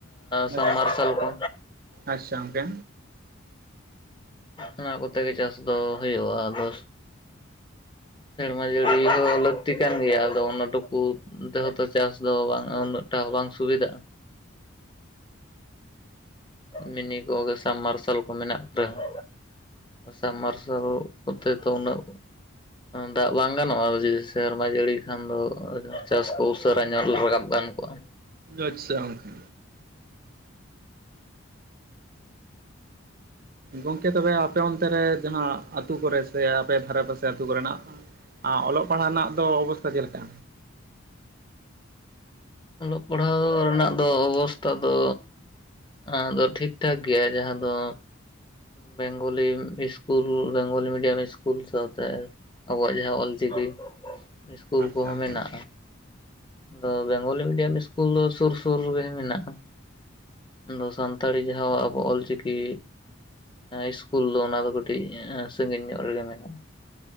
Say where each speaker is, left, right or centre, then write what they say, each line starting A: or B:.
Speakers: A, on the right; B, on the left.
A: ᱟᱪᱪᱷᱟ
B: ᱥᱟᱢᱟᱨᱥᱟᱞ ᱠᱚ
A: ᱟᱪᱪᱷᱟ ᱜᱚᱢᱠᱮ
B: ᱚᱱᱟ ᱠᱚᱛᱮ ᱜᱮ ᱪᱟᱥ ᱫᱚ ᱦᱳᱭᱳᱜᱼᱟ᱾ ᱟᱫᱚ ᱥᱮᱨᱢᱟ ᱡᱟᱹᱲᱤ ᱦᱚᱸ ᱞᱟᱹᱠᱛᱤ ᱠᱟᱱ ᱜᱮᱭᱟ ᱟᱫᱚ ᱚᱱᱟ ᱴᱩᱠᱩ ᱛᱮ ᱦᱚᱸᱛᱚ ᱪᱟᱥ ᱫᱚ ᱵᱟᱝ ᱩᱱᱟᱹᱜ ᱴᱟ ᱵᱟᱝ ᱥᱩᱵᱤᱫᱟᱜᱼᱟ᱾ ᱢᱤᱱᱤ ᱠᱚᱜᱮ ᱥᱟᱢ ᱢᱟᱨᱥᱟᱞ ᱠᱚ ᱢᱮᱱᱟᱜ ᱨᱮᱦᱚᱸ ᱥᱟᱢ ᱢᱟᱨᱥᱟᱞ ᱠᱚᱛᱮ ᱛᱚ ᱩᱱᱟᱹᱜ ᱫᱟᱜ ᱵᱟᱝ ᱜᱟᱱᱚᱜᱼᱟ ᱡᱤ ᱥᱮᱨᱢᱟ ᱡᱟᱹᱲᱤ ᱠᱷᱟᱱ ᱫᱚ ᱪᱟᱥ ᱠᱚ ᱩᱥᱟᱹᱨᱟ ᱧᱚᱜ ᱨᱟᱠᱟᱵ ᱜᱟᱱ ᱠᱚᱜᱼᱟ᱾
A: ᱟᱪᱪᱷᱟ ᱜᱚᱝᱠᱮ ᱜᱚᱢᱠᱮ ᱛᱚᱵᱮ ᱟᱯᱮ ᱚᱱᱛᱮ ᱨᱮ ᱡᱟᱦᱟᱸ ᱟᱹᱛᱩ ᱠᱚᱨᱮ ᱥᱮ ᱟᱯᱮ ᱫᱷᱟᱨᱮ ᱯᱟᱥᱮ ᱟᱹᱛᱩ ᱠᱚ ᱨᱮᱱᱟᱜ ᱚᱞᱚᱜ ᱯᱟᱲᱦᱟᱜ ᱨᱮᱱᱟᱜ ᱫᱚ ᱚᱵᱚᱥᱛᱟ ᱪᱮᱫ ᱞᱮᱠᱟ?
B: ᱚᱞᱚᱜ ᱯᱟᱲᱦᱟᱣ ᱨᱮᱱᱟᱜ ᱫᱚ ᱚᱵᱚᱥᱛᱟ ᱫᱚ ᱟ ᱫᱚ ᱴᱷᱤᱠ ᱴᱷᱟᱠ ᱜᱮᱭᱟ ᱡᱟᱦᱟᱸ ᱫᱚ Bengali school Bengali medium school ᱥᱟᱶᱛᱮ ᱟᱵᱚᱣᱟᱜ ᱡᱟᱦᱟᱸ ᱚᱞ ᱪᱤᱠᱤ ᱥᱠᱩᱞ
A: ᱟᱪᱪᱷᱟ
B: ᱠᱚᱦᱚᱸ
A: ᱜᱚᱝᱠᱮ
B: ᱢᱮᱱᱟᱜᱼᱟ᱾ ᱟᱫᱚ ᱵᱮᱝᱜᱚᱞᱤ ᱢᱤᱰᱤᱭᱟᱢ ᱥᱠᱩᱞ ᱫᱚ ᱥᱩᱨ ᱥᱩᱨ ᱨᱮ ᱜᱮ ᱢᱮᱱᱟᱜᱼᱟ᱾ ᱟᱫᱚ ᱥᱟᱱᱛᱟᱲᱤ ᱡᱟᱦᱟᱸ ᱟᱵᱚ ᱚᱞ ᱪᱤᱠᱤ ᱤᱥᱠᱩᱞ ᱫᱚ ᱚᱱᱟ ᱫᱚ ᱠᱟᱹᱴᱤᱡ ᱥᱟᱜᱤᱧ ᱧᱚᱜ ᱨᱮ ᱜᱮ ᱢᱮᱱᱟᱜᱼᱟ᱾